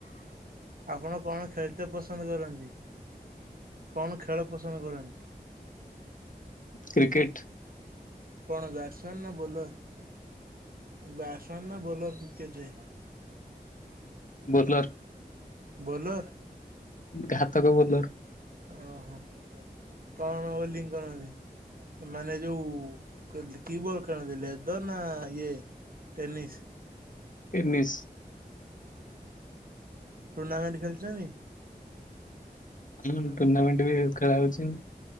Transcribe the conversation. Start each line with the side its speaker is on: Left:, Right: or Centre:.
Right: ଆପଣ କଣ ଖେଳିତେ ପସନ୍ଦ କରନ୍ତି? କଣ ଖେଳ ପସନ୍ଦ କରନ୍ତି?
Left: କ୍ରିକେଟ।
Right: କଣ ବ୍ୟାଟସମ୍ୟାାନ ନା ବୋଲର, ବ୍ୟାଟସମ୍ୟାାନ ନା ବୋଲର? କେବେ?
Left: ବୋଲର୍।
Right: ବୋଲର୍।
Left: ଘାତକ ବୋଲର
Right: ଓହୋ ପ୍ରଣ ବୋଲିଙ୍ଗ କରନ୍ତି। ମାନେ ଯୋଉ କିିବଲ <unintelligible> ଲେଦର ନା ଇଏ ଟେନିସ୍।
Left: ଟେନିସ୍
Right: ଟୁର୍ଣ୍ଣାମେଣ୍ଟ ଖେଳିଛନ୍ତି?
Left: ହମ୍ ଟୁର୍ଣ୍ଣାମେଣ୍ଟ ବି ଖେଳା ହଉଛି।